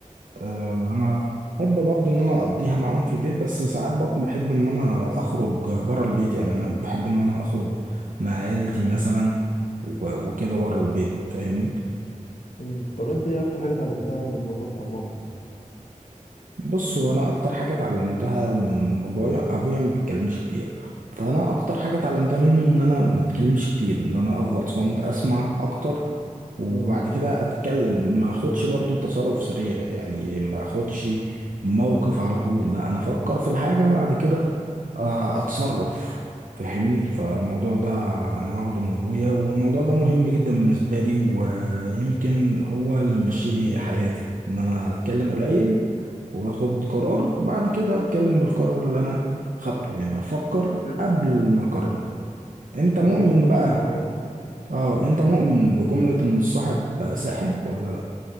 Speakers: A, on the right (about 80°); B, on the left (about 70°).
A: آه، انا بحب برضو ان انا اقضيها معاهم في البيت بس ساعات برضو بحب ان انا اخرج بره البيت يعني انا بحب ان انا اخرج مع عيلتي مثلا و- وكده بره البيت فاهمني
B: مم. طب أنت إيه أكتر حاجة اتعلمتها من باباك أو مامتك؟
A: بص هو انا اكتر حاجه اتعلمتها من بابايا ابويا ما بيتكلمش كتير فانا اكتر حاجه اتعلمتها منه ان انا ما اتكلمش كتير ان انا افضل صامت اسمع اكتر وبعد
B: مم.
A: كده اتكلم ما اخدش برضو تصرف سريع يعني ما اخدش موقف على طول لا انا افكر في الحاجه بعد كده آه، اتصرف فاهمني
B: مم.
A: فالموضوع ده انا واخده من ابويا والموضوع ده مهم جدا بالنسبه لي ويمكن هو اللي ممشي لي حياتي ان انا اتكلم قليل واخد قرار بعد كده اتكلم بالقرار اللي انا خدته يعني افكر
B: بتحب-
A: قبل ما اقرر انت مؤمن
B: انا بتحب تفكر
A: بقى
B: في اوقات
A: اه انت مؤمن بجمله ان الصاحب ساحب ولا لا